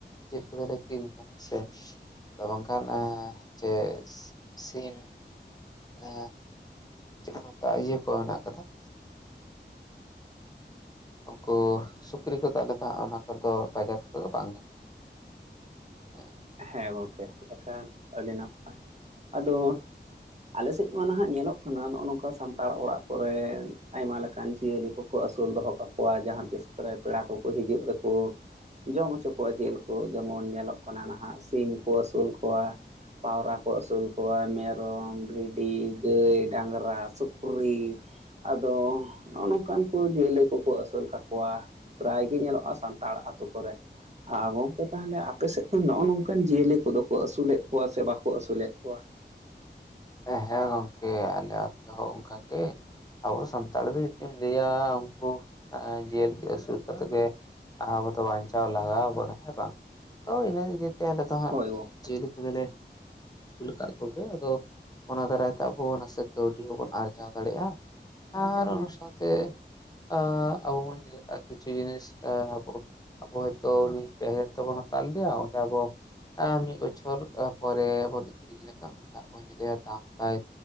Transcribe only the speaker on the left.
ᱪᱮᱫ <unintelligible> ᱦᱮᱸ ᱥᱮ ᱟᱫᱚ ᱵᱟᱝᱠᱷᱟᱱ ᱡᱮ ᱥᱤᱢ ᱮ ᱪᱮᱫ ᱢᱮᱛᱟᱜ ᱤᱭᱟᱹ ᱠᱚ ᱦᱮᱱᱟᱜ ᱟᱠᱟᱫᱟ ᱦᱩᱸ ᱩᱱᱠᱩ ᱥᱩᱠᱨᱤ ᱠᱚ ᱫᱚ ᱟᱞᱮ ᱫᱚ ᱦᱟᱜ ᱚᱱᱟ ᱠᱚᱫᱚ ᱵᱟᱡᱟᱨ ᱠᱚᱨᱮ ᱫᱚ ᱵᱟᱝ ᱜᱟᱱᱚᱜ ᱦᱮᱸ
ᱦᱮᱸ ᱦᱮᱸ ᱜᱚᱝᱠᱮ ᱟᱞᱮ ᱟᱛᱚ ᱦᱚᱸ ᱚᱱᱠᱟ ᱜᱮ ᱟᱵᱚ ᱥᱟᱱᱛᱟᱲ ᱫᱚ ᱡᱩᱫᱤᱢ ᱞᱟᱹᱭᱟ ᱩᱱᱠᱩ ᱟ ᱡᱤᱭᱟᱹᱞᱤ ᱟᱹᱥᱩᱞ ᱠᱟᱛᱮᱫ ᱜᱮ ᱟ ᱟᱵᱚ ᱫᱚ ᱵᱟᱧᱪᱟᱣ ᱞᱟᱜᱟᱣᱟᱵᱚᱱᱟ ᱦᱮᱸ ᱵᱟᱝ ᱛᱚ ᱤᱱᱟᱹ ᱤᱭᱟᱹᱛᱮ ᱟᱞᱮ ᱫᱚ ᱦᱟᱸᱜ
ᱡᱤᱣᱞᱤ ᱵᱮᱞᱮ ᱟᱹᱥᱩᱞ ᱟᱠᱟᱫ ᱠᱚᱜᱮ ᱟᱫᱚ ᱚᱱᱟ ᱫᱟᱨᱟᱭ ᱛᱮ ᱟᱵᱚ ᱱᱟᱥᱮ ᱠᱟᱹᱣᱰᱤ ᱦᱚᱸᱵᱚᱱ ᱟᱨᱡᱟᱣ ᱫᱟᱲᱮᱜᱼᱟ ᱟᱨ ᱚᱱᱟ ᱥᱟᱶᱛᱮ ᱟ ᱟᱵᱚ ᱵᱚᱱ ᱧᱮᱞ ᱠᱟᱜ ᱠᱤᱪᱷᱩ ᱡᱤᱱᱤᱥ ᱮ ᱟᱵᱚ ᱟᱵᱚ ᱦᱚᱭᱛᱚ ᱩᱱᱤ ᱯᱮ ᱦᱟᱡᱟᱨ ᱛᱮᱵᱚᱱ ᱦᱟᱛᱟᱣ ᱞᱮᱫᱮᱭᱟ ᱚᱸᱰᱮ ᱟᱵᱚ ᱟ ᱢᱤᱫ ᱵᱚᱪᱷᱚᱨ ᱛᱟᱯᱚᱨᱮ ᱵᱚᱱ ᱟᱹᱠᱷᱨᱤᱧ ᱞᱮᱠᱷᱟᱱ ᱩᱱᱤᱭᱟᱜ ᱵᱚᱱ ᱧᱮᱞᱮᱭᱟ ᱫᱟᱢ ᱛᱟᱭ